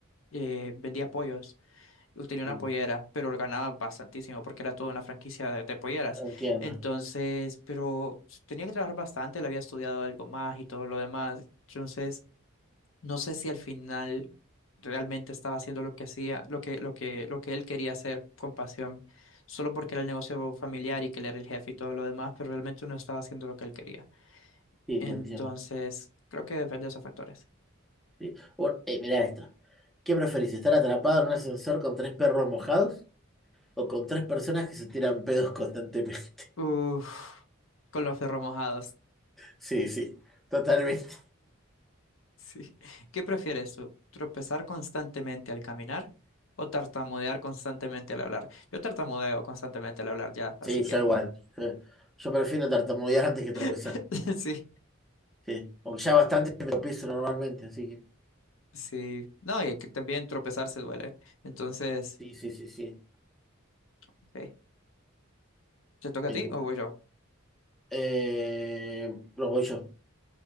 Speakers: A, on the left (about 70°); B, in the centre.
A: eh, vendía pollos, y tenía una
B: Mm,
A: pollera, pero lo ganaba bastantísimo porque era toda una franquicia de, de polleras.
B: Entiendo,
A: Entonces, pero tenía que trabajar bastante, él había estudiado algo más y todo lo demás. Entonces, no sé si al final realmente estaba haciendo lo que hacía, lo que, lo que, lo que él quería hacer con pasión, solo porque era el negocio familiar y que él era el jefe y todo lo demás, pero realmente no estaba haciendo lo que él quería.
B: sí,
A: Entonces,
B: te entiendo.
A: creo que depende de esos factores.
B: Sí. O- eh, mirá esta. ¿Qué preferís, estar atrapado en un ascensor con tres perros mojados o con tres personas que se tiran pedos constantemente?
A: Uf,
B: <laughs>
A: con los ferros mojados. <laughs>
B: Sí, sí, totalmente.
A: Sí. ¿Qué prefieres tú? ¿Tropezar constantemente al caminar o tartamudear constantemente al hablar? Yo tartamudeo constantemente al hablar ya, así
B: Sí,
A: que
B: yo igual. Yo, yo prefiero tartamudear antes que tropezar.
A: <laughs> sí,
B: Sí. Porque ya bastante me tropiezo normalmente, así que.
A: sí. No, y que también tropezar se duele. Entonces,
B: Sí, sí, sí, sí.
A: Ok. ¿Te toca
B: Eh,
A: a ti o voy yo?
B: eh, lo voy yo.